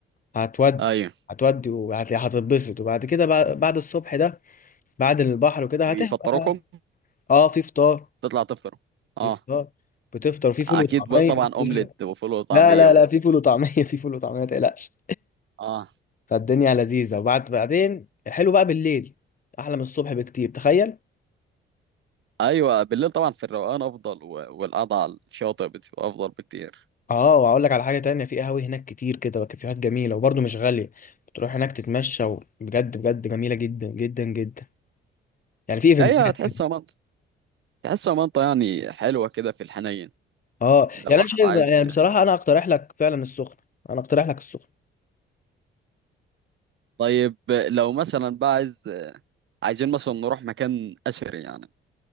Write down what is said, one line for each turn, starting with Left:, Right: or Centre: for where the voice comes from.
Left: هتودي
Right: ايوه
Left: هتودي وهتبسط وبعد كده بقى بعد الصبح ده بعد البحر وكده
Right: يفطروكم
Left: هتبقى اه في فطار
Right: تطلع تفطروا
Left: في
Right: اه
Left: اه بتفطر في فول
Right: اكيد
Left: وطعميه
Right: بقى طبعا
Left: في كل
Right: اومليت
Left: حاجه
Right: وفول وطعميه
Left: لا لا
Right: و...
Left: لا في فول وطعميه <laughs> في فول وطعميه ما تقلقش
Right: اه
Left: فالدنيا لذيذه وبعد بعدين الحلو بقى بالليل احلى من الصبح بكتير تخيل
Right: ايوه بالليل طبعا في الروقان افضل و- والقعده على الشاطئ بتبقى افضل بكتير
Left: اه واقول لك على حاجه تانية في قهاوي هناك كتير كده وكافيهات جميله وبرضه مش غاليه بتروح هناك تتمشى وبجد بجد جميله جدا جدا جدا يعني في ايفنتات
Right: لا هي تحسها
Left: كده
Right: منطقه تحسها منطقه يعني حلوه كده في الحنين
Left: اه
Right: لو
Left: يعني
Right: واحد
Left: انا شايف
Right: عايز
Left: يعني بصراحه انا اقترح لك فعلا السخنه انا اقترح لك السخنه
Right: طيب لو مثلا بقى عايز عايزين مثلا نروح مكان اثري يعني